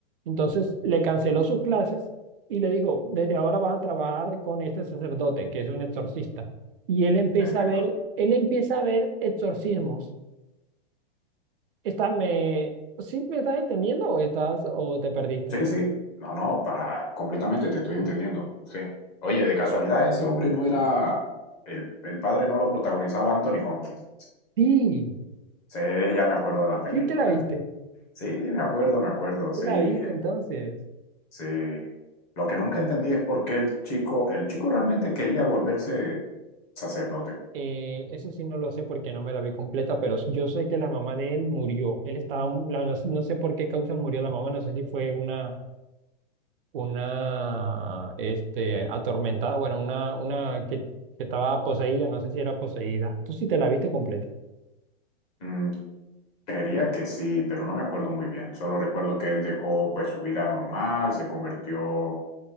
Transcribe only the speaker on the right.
Entonces le canceló sus clases y le dijo, desde ahora vas a trabajar con este sacerdote, que es un exorcista. Y él empieza
a ver, él empieza a ver exorcismos Está, me, ¿sí me estás entendiendo o estás o te perdiste?
Sí,
sí te la viste,
te la viste entonces.
Eh, eso sí no lo sé porque no me la vi completa, pero yo sé que la mamá de él murió. Él estaba, mu- la- no, no sé por qué causa murió la mamá, no sé si fue una, una, este, atormentada, bueno, una, una que, que estaba poseída, no sé si era poseída. Tú sí te la viste completa.